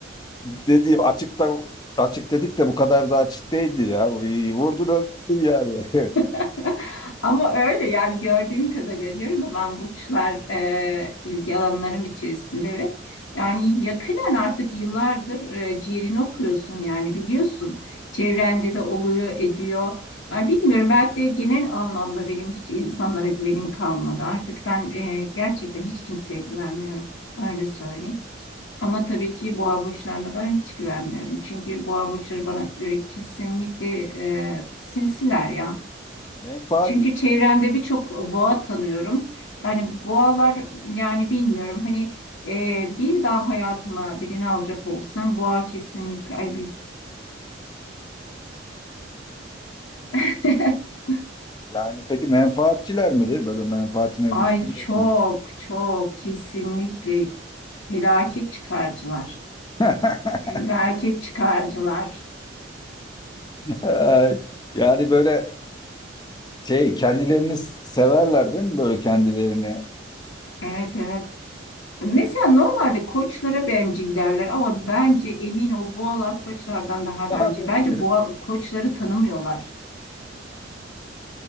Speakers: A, on the left; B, on the left.
A: e, dediğim açıkta açık dedik de bu kadar da açık değildi ya. Vurdun öldürdün yani.
B: <laughs> Ama öyle yani gördüğüm kadarıyla diyorum ya ben burçlar e, ilgi alanlarım içerisinde ve yani yakinen artık yıllardır e, ciğerini okuyorsun yani biliyorsun. Çevrende de oluyor ediyor. Yani bilmiyorum belki de genel anlamda benim hiç insanlara güvenim kalmadı. Artık ben e, gerçekten hiç kimseye güvenmiyorum. Öyle söyleyeyim. Ama tabii ki boğa burçlarına da hiç güvenmiyorum. Çünkü boğa burçları bana göre kesinlikle e, sinsiler ya.
A: <laughs> Menfaat
B: Çünkü çevremde birçok boğa tanıyorum. Yani boğalar yani bilmiyorum hani e, bir daha hayatıma birini alacak olsam boğa kesinlikle ay büyük. <laughs>
A: yani peki menfaatçiler midir? Böyle menfaatine
B: Ay
A: düşkün.
B: çok çok kesinlikle felaket çıkarcılar.
A: <laughs>
B: Felaket çıkarcılar.
A: Ay, Yani böyle şey kendilerini severler değil mi böyle kendilerini? <laughs>
B: Evet evet. Mesela normalde koçlara bencil derler ama bence emin ol boğalar koçlardan daha
A: Daha
B: bencil.
A: bencil.
B: Bence boğa koçları tanımıyorlar.